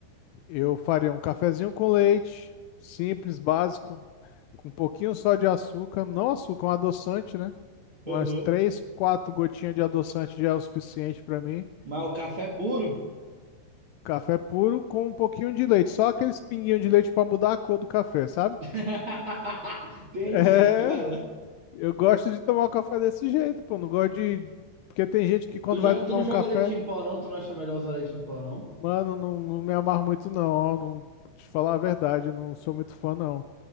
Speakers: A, on the left; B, on the right.
A: Eu faria um cafezinho com leite, simples, básico, com um pouquinho só de açúcar, não açúcar, um adoçante, né?
B: Uhum.
A: Umas três, quatro gotinhas de adoçante já é o suficiente para mim.
B: Mas o café é puro?
A: Café puro com um pouquinho de leite, só aqueles pinguinhos de leite para mudar a cor do café, sabe?
B: <laughs> Entendi,
A: É,
B: cara.
A: eu gosto de tomar o café desse jeito, pô. Não gosto de. Porque tem gente que quando
B: Tu, já,
A: vai tomar
B: tu não
A: um
B: joga
A: café,
B: leite em pó, não? Tu não acha melhor usar leite em pó, não?
A: mano, não, não me amarro muito, não. Ó, não, pra te falar a verdade, eu não sou muito fã, não.